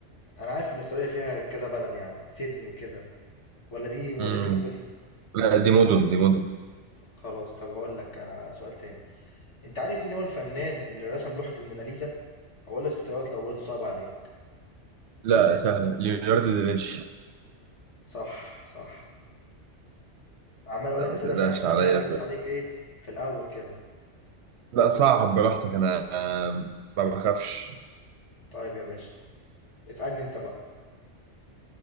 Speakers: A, on the left; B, on the right.
A: انا عارف ان استراليا فيها كذا بلد يعني سيدني وكده ولا دي ولا
B: مم.
A: دي مدن
B: لا دي مدن دي مدن
A: خلاص طب هقول لك انا سؤال تاني انت عارف مين هو الفنان اللي رسم لوحه الموناليزا هقول لك اختيارات لو برضه صعب عليك
B: لا سهلة ليوناردو دافنشي
A: صح صح عمال اقول
B: لا
A: لك
B: ما
A: اسئله
B: تقلقش
A: سهله عشان
B: عليا
A: أنا مش عايز ادوس عليك ايه في الاول كده
B: لا صعب براحتك أنا آه، ما بخافش
A: طيب يا باشا اسالني انت بقى